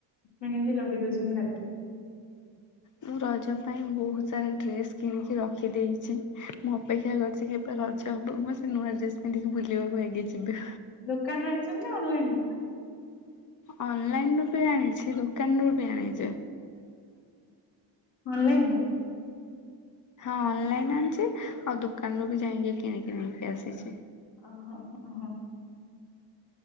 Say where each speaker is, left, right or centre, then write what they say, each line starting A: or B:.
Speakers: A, on the left (about 60°); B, on the left (about 45°).
A: ମେହେନ୍ଦୀ ଲଗେଇ ଦଉଛନ୍ତି ହାତରେ।
B: ମୁଁ ରଜ ପାଇଁ ବହୁତ ସାରା ଡ୍ରେସ୍ କିଣିକି ରଖିଦେଇଚି ମୋ ଅପେକ୍ଷା କରିଚିକେବେ ରଜ ହବ ମୁଁ ସେ ନୂଆ ଡ୍ରେସ୍ ପିନ୍ଧିକି ବୁଲିବାକୁ ଆଗେ ଯିବି।
A: ଦୋକାନ ରୁ ଆଣିଚନ୍ତି ନା ଅନଲାଇନ ରୁ?
B: ଅନଲାଇନରୁୁ ବି ଆଣିଛି ଦୋକାନରୁୁ ବି ଆଣିଛେ।
A: ଅନଲାଇନ ରୁ
B: ହଁ ଅନଲାଇନ ଆଣିଚି ଆଉ ଦୋକାନରୁୁ ବି ଯାଇକି କିଣିକି ନେଇକି ଆସିଛି।
A: ଓ ହୋ ହ ହଁ।